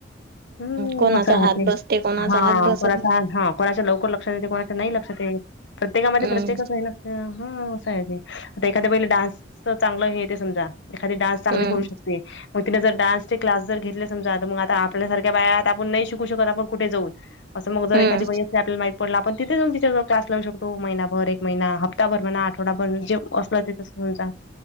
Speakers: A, on the left (about 70°); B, on the right (about 55°).
A: हम्म.
B: कोणाचा
A: असं राहते.
B: हात बसते कोणाचा
A: हा.
B: हात बसत
A: कोणाचा,
B: नाही.
A: हां. कोणाच्या लवकर लक्षात येते. कोणाच्या नाही लक्षात येत. प्रत्येकामध्ये
B: हम्म
A: प्रत्येकच आहे ना? हा. असं आहे ते. आता एखाद्या बाईले डान्सच चांगलं हे येते समजा. एखादी डान्स चांगल
B: हम्म
A: करू शकते. म तिने जर डान्सचे क्लास जर घेतले, समजा तर मग आता आपल्यासारख्या बाया त आपण नाही शिकू शकत आपण कुठे जाऊन. असं मग जर
B: हम्म.
A: एखादी बाई असली आपल्याला माहितं पडलं आपण- तिथे जाऊन तिच्याजवळ क्लास लावू शकतो. महिनाभर एक महिना, हप्ताभर म्हणा. आठवडाभर जे असलं ते समजा.